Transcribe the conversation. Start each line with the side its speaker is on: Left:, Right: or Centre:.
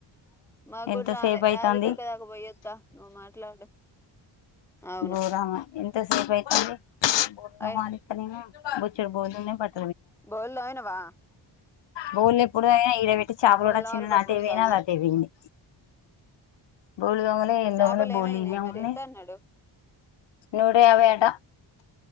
Centre: మా
Left: ఎంతసేపు
Centre: గుడ్రాలే
Left: అయితాంది
Centre: రాధికా అక్క దాక పోయ్యొత్త నువ్వు మాట్లాడు అవును
Left: బోరామ ఎన్ ఎంత సేప్ అయితాంది ఊర్లో
Centre: అయ్
Left: బోనీత్త డీనా బొచ్చర్ బోదున్న పట్
Centre: బోల్ దాగినవా
Left: బోల్ ఎప్పుడు తాగిన అయ్ ఈడ బెట్టి చాపలు గుడ
Centre: తోమాలి
Left: చిన్న
Centre: బట్టలు
Left: నాటే
Centre: ఉతకాలనా
Left: బెయినా నాటే బెయింది పోలి దొంగలే ఎం
Centre: చేపలు
Left: దొంగలే బోలీ
Centre: ఏమైనాయి
Left: న్యావ్నే
Centre: మరి ఎంత అన్నాడు
Left: నోటయాభై అంట